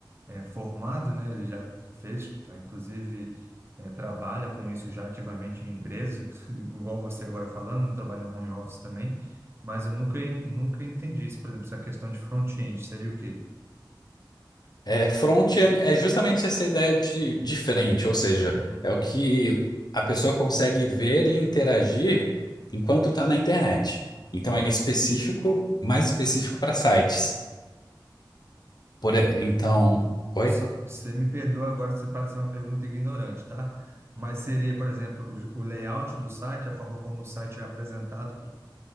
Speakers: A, on the right; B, on the left.
A: é, formado, né? Ele já fez, tá? Inclusive é, trabalha com isso já ativamente em empresas, <laughs> inclusive, igual você agora falando, trabalha em home office também. Mas eu nunca en- nunca entendi isso. Por exemplo, essa questão de front-end seria o quê?
B: É, front é, é justamente essa ideia de, de frente, ou seja,
A: Uhum,
B: é o que a pessoa consegue ver e interagir enquanto está na internet. Então
A: uhum.
B: é específico, mais específico para sites. Por, e- então, oi?
A: Só- Você me perdoa agora se parecer uma pergunta ignorante, tá? Mas seria, por exemplo, o, o layout do site, a forma como o site é apresentado